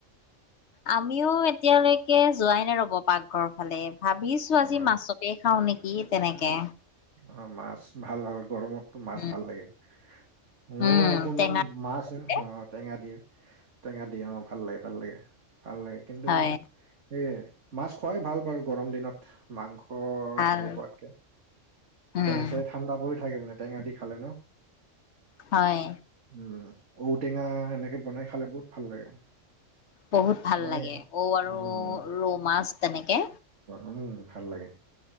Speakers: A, on the left; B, on the right.
A: আমিও এতিয়ালৈকে যোৱাই নাই ৰ'ব পাকঘৰ ফালে, ভাবিছো
B: অ',
A: আজি মাছক কে খাও নিকি তেনেকে।
B: অ মাছ ভাল, ভাল গৰমতটো মাছ
A: উম
B: ভাল লাগে। মোৰ
A: উম
B: অকমান
A: টেঙা
B: মাছ
A: যে
B: অ টেঙা দি, টেঙা দি অ ভাল লাগে, ভাল লাগে, ভাল লাগে, কিন্তু
A: হয়
B: সেয়ে, মাছ খোৱাই ভাল বাৰু গৰম দিনত মাংস
A: ভাল
B: হেৰি খোৱাতকে।
A: উম
B: দেহ, চেহ ঠাণ্ডা পৰি থাকে মানে টেঙা দি খালে ন!
A: হয়!
B: উম, ঔটেঙা এনেকে বনাই খালে বহুত ভাল লাগে।
A: বহুত ভাল
B: মই
A: লাগে, ঔ আৰু
B: উম,
A: ৰৌ মাছ তেনেকে।
B: উম ভাল লাগে।